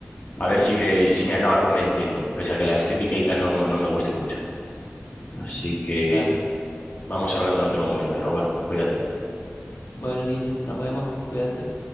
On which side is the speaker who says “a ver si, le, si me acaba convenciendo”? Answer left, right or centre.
Left